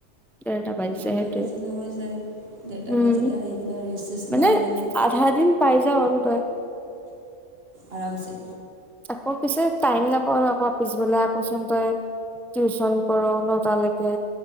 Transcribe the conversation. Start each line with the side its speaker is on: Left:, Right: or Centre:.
Centre: দেৰটা বাজিছে
Right: ডেৰটা
Centre: সেইটোৱে
Right: বাজিলে হৈ যায়। ডেৰটা
Centre: উম
Right: বাজিলে আহিকিনি ৰেষ্ট চেছষ্ট
Centre: মানে
Right: লৈ মেলি
Centre: আধা দিন পাই যাও আৰু তই
Right: আৰামচে
Centre: আকৌ পিছে টাইম নাাপাও ন আকৌ পিছবেলাক আকৌ চোন তই টিউচন কৰঅ, নতালৈকে।